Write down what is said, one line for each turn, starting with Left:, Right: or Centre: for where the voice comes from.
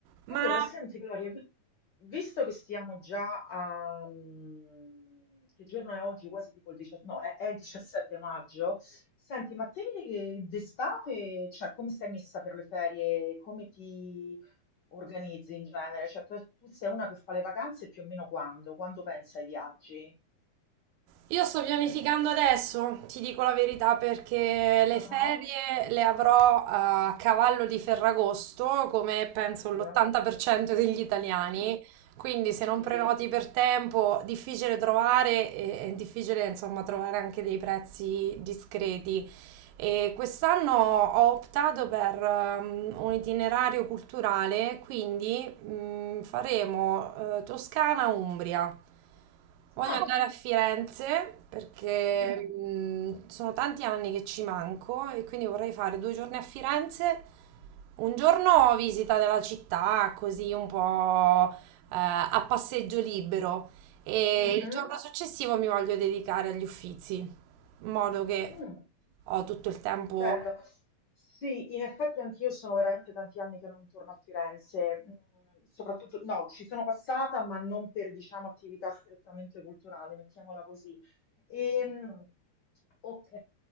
Right: Ma
Left: Allora, senti Gloria, vi- visto che stiamo già a... mm, che giorno è oggi? Quasi tipo il 17, no, è, è il 17 maggio. Senti, ma te eh, d'estate, cioè, come stai messa per le ferie? Come ti organizzi in genere? Cioè, tu, tu sei una che fa le vacanze più o meno quando? Quando pensa ai viaggi?
Right: io sto pianificando adesso, ti dico la verità, perché le
Left: Ah,
Right: ferie
Left: ah,
Right: le avrò a cavallo di Ferragosto, come penso
Left: ahia.
Right: l'80% degli italiani.
Left: Mm.
Right: Quindi se non
Left: Sì.
Right: prenoti per tempo, difficile trovare e è difficile, insomma, trovare anche dei prezzi discreti. E quest'anno ho optato per ehm, un itinerario culturale, quindi mm, faremo eh, Toscana-Umbria. Voglio
Left: Ah,
Right: andare a Firenze perché
Left: mm,
Right: mm, sono tanti anni che ci manco e quindi vorrei fare due giorni a Firenze, un giorno visita della città, così un po' eh, a passeggio libero e
Left: mhm,
Right: il giorno successivo mi voglio dedicare agli Uffizi in modo che
Left: mm.
Right: ho tutto il tempo.
Left: Bello. Sì, in effetti anch'io sono veramente tanti anni che non torno a Firenze, Mm, soprattutto, no, ci sono passata, ma non per, diciamo, attività strettamente culturale, mettiamola così. Ehm, ok,